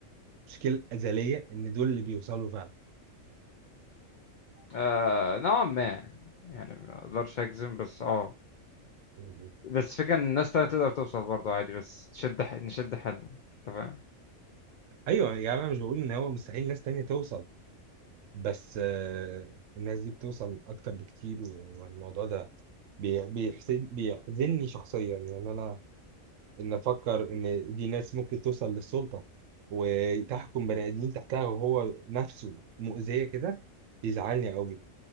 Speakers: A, on the right; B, on the left.
A: مشكله ازليه ان دول اللي بيوصلوا فعلا
B: آه نوعا ما يعني ما اقدرش اجزم بس اه
A: مم.
B: بس فكرة ان الناس تانية تقدر توصل برضه عادي بس تشد ح... نشد حيلنا انت فاهم
A: ايوه يا عم انا مش بقول ان هو مستحيل ناس تانية توصل بس آه الناس دي بتوصل اكتر بكتير والموضوع ده بي- بيحسد بيحزنني شخصيا يعني انا ان افكر ان دي ناس ممكن توصل للسلطه وتحكم بني ادمين تحتها وهو نفسه مؤذيه كده بيزعلني قوي